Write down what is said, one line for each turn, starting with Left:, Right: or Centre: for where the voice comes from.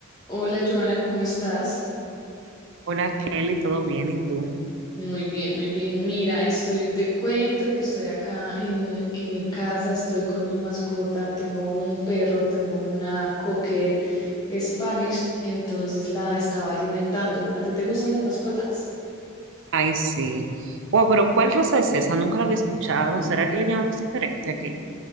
Left: Hola Joana, ¿cómo estás?
Right: Hola Kelly, ¿todo bien? ¿Y tú?
Left: Muy bien, muy bien. Mira, estoy, te cuento que estoy acá en, en mi casa, estoy con mi mascota, tengo un perro, tengo una cocker Spanish, entonces la estaba alimentando. ¿A ti te gustan las mascotas?
Right: Ay, sí. Wow, pero ¿cuál raza es esa? Nunca la había escuchado. ¿Será que le llamamos diferente aquí?